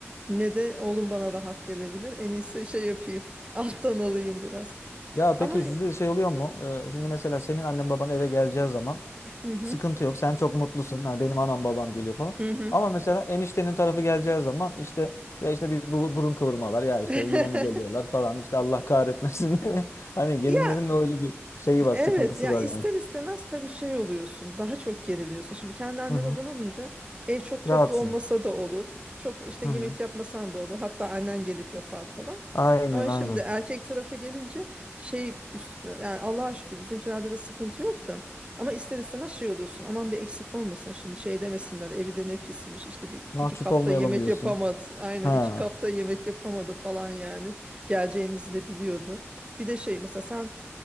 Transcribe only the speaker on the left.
Ya peki
sizde de şey oluyor mu? Ee, şimdi mesela senin annen baban eve geleceği zaman
sıkıntı yok. Sen çok mutlusun. Ha, benim anam babam geliyor falan.
Ama mesela eniştenin tarafı geleceği zaman işte ya işte bir bu- burun kıvırmalar ya işte
yine mi geliyorlar falan işte Allah kahretmesin. <laughs> Hani gelinlerin
de öyle bir şeyi var,
sıkıntısı
var
yani.
Hı hı.
Rahatsın.
Hı
hı.
Aynen
aynen.
Mahcup
olmayalım
diyorsun.
Ha,